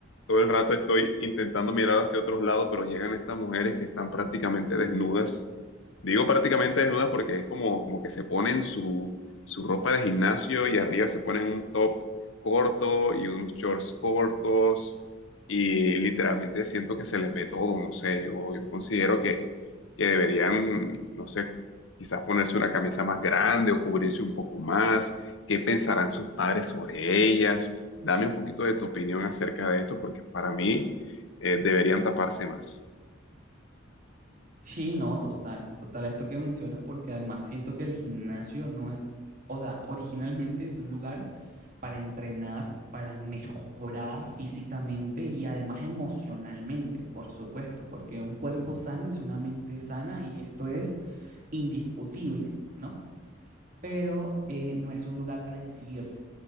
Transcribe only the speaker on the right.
Sí, no, total, total, esto que mencionas, porque además siento que el gimnasio no es, o sea, originalmente es un lugar para entrenar, para mejorar físicamente y además emocionalmente, por supuesto, porque un cuerpo sano es una mente sana y esto es indiscutible, ¿no? Pero eh, no es un lugar para exhibirse.